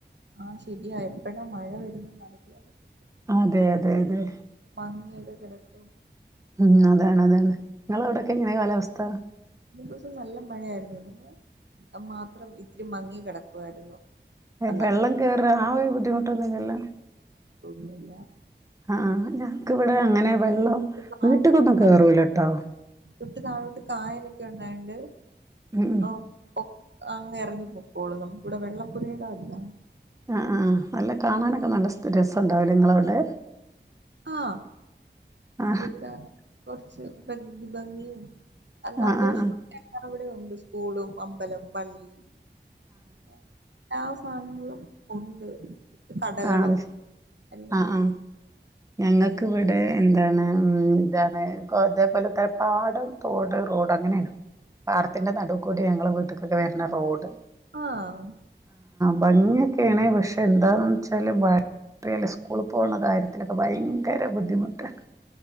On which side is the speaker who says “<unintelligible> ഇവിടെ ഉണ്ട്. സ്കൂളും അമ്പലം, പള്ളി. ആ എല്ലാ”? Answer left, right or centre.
Right